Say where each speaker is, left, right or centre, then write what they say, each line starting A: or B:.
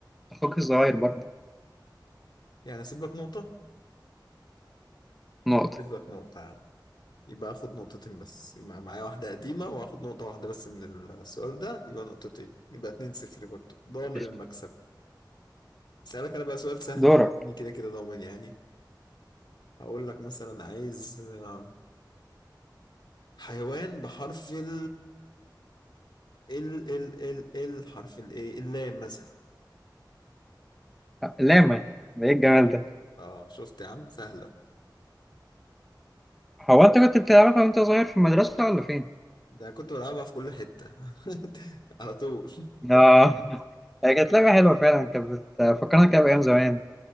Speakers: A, in the centre; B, on the left.
A: اخوك الصغير برضه
B: يعني اسيب لك نقطة
A: نقطة
B: اسيب لك نقطة يا عم. يبقى اخد نقطتين بس يبقى معايا واحدة قديمة واخد نقطة واحدة بس من السؤال ده يبقى نقطتين يبقى اتنين صفر برضه ضامن
A: قشطة.
B: المكسب سألك انا بقى سؤال سهل
A: دورك
B: بني كده كده ضامن يعني هقول لك مثلا عايز آه، حيوان بحرف ال ال ال ال ال حرف الايه اللام مثلا
A: لاما ده ايه الجمال ده
B: اه شفت يا عم سهلة
A: هو انت كنت بتلعبها وانت صغير في المدرسة ولا فين؟
B: ده كنت بلعبها في كل حتة <laughs> على طول
A: اه <laughs> هي كانت لعبة حلوة فعلا كانت بتفكرنا كده بأيام زمان